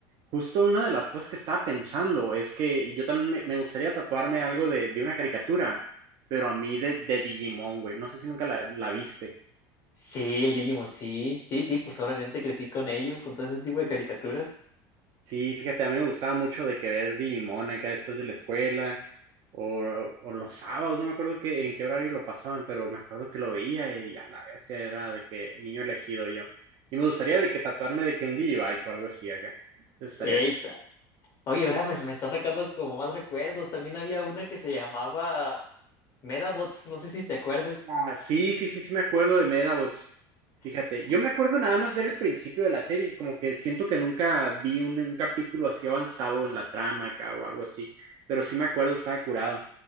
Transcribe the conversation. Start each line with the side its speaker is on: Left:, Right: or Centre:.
Right: Justo una de las cosas que estaba pensando es que yo también me, me gustaría tatuarme algo de, de una caricatura, pero a mí de, de Digimon, güey. No sé si nunca la, la viste.
Left: Sí, el Digimon, sí, sí, sí, pues obviamente crecí con ellos, con todo ese tipo de caricaturas.
Right: Sí, fíjate, a mí me gustaba mucho de que ver Digimon acá después de la escuela o, o los sábados, no me acuerdo que, en qué horario lo pasaban, pero me acuerdo que lo veía y a la vez era de que niño elegido yo. Y me gustaría de que tatuarme de que un Digivice o algo así acá. Me gustaría
Left: Ahí está. Oye, ahora me, me está sacando como más recuerdos. También había una que se llamaba Medabots, no sé si te acuerdas.
Right: Ah, sí, sí, sí, sí me acuerdo de Medabots. Fíjate,
Left: Sí,
Right: yo me acuerdo nada más ver el principio de la serie, como que siento que nunca vi un, un capítulo así avanzado en la trama acá o algo así, pero sí me acuerdo, estaba curado.